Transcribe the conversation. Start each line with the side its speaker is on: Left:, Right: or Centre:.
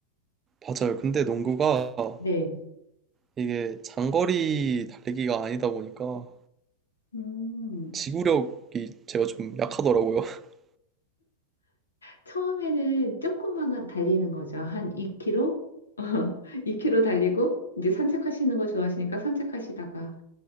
Right: 맞아요. 근데 농구가
Left: 네.
Right: 이게 장거리 달리기가 아니다 보니까
Left: 음.
Right: 지구력이 제가 좀 약하더라고요. <laughs>
Left: 처음에는 조금만 달리는 거죠. 한 2km? 2km <laughs> 달리고 이제 산책하시는 거 좋아하시니까 산책하시다가